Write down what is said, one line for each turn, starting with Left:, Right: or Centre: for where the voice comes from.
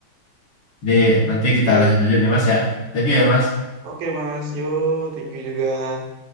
Left: Jadi nanti
Right: Oke.
Left: kita lanjut-lanjut ya Mas ya. Thank you ya Mas.
Right: Oke, Mas. Yo, thank you juga.